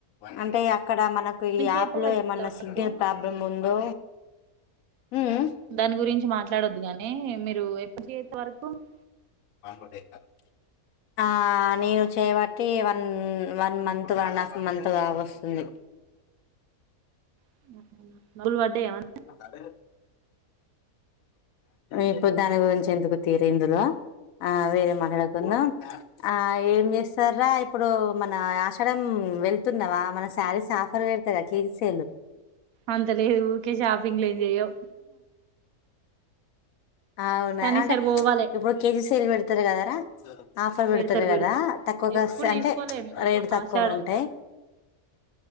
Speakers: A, on the left; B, on the right.
A: అంటే అక్కడ మనకు ఈ యాప్
B: చేస్తారు
A: లో ఏమన్నా సిగ్నల్
B: ఎక్కువ
A: ప్రాబ్ ముందు హ్మ్ హు
B: దాని గురించి మాట్లాడొద్దు గాని మీరు <unintelligible>
A: <inaudible> ఆ నేను చేయవట్టి one one month one and half month గావొస్తుంది
B: <unintelligible>
A: కాలడ్ ఇప్పుడు దాని గురించి ఎందుకు తీరిందిరా ఆ వేరే మా రకంగా ఆ ఏం చేస్తారా ఇప్పుడు మన ఆషాడం వెళ్తున్నవా మన శారీస్ ఆఫర్ పెడ్ <unintelligible>
B: అంత లేదు ఊరికే షాపింగ్లు ఏం చెయ్యవ్
A: అవునా
B: కానీ
A: అంటే
B: ఈసారి పోవాలే
A: ఇప్పుడు కేజీ సేల్ పెడతర్ కదరా ఆఫర్ పెడతర్
B: పెడతారు
A: గదా
B: పెడతారు
A: తక్కువగొస్తే
B: ఎప్పుడు
A: అంటే
B: తీసుకోలే మేము
A: రేటు తక్కువగుంటయ్
B: ఆషాడం